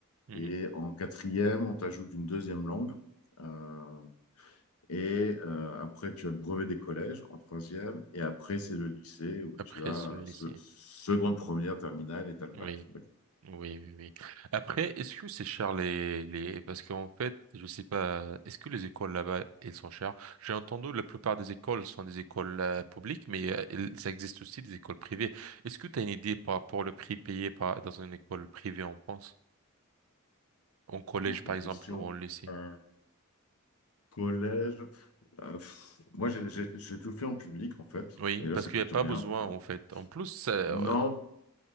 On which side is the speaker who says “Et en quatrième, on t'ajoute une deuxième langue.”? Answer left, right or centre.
Left